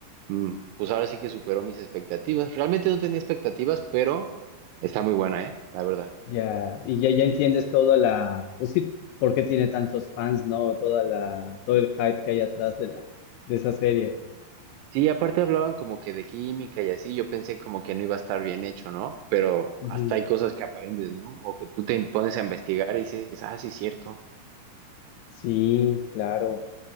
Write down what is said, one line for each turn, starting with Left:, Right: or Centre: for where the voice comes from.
Right: mm, pues ahora sí que superó mis expectativas. Realmente no tenía expectativas, pero está muy buena, ¿eh? La verdad.
Left: Ya, y ya, ya entiendes toda la, pues sí, por qué tiene tantos fans, ¿no? Toda la, todo el hype que hay atrás de la, de esa serie.
Right: Sí, aparte hablaban como que de química y así, yo pensé como que no iba a estar bien hecho, ¿no? Pero
Left: Ujú.
Right: hasta hay cosas que aprendes, ¿no? O que tú te pones a investigar y dices, ah, sí, es cierto.
Left: Sí, claro.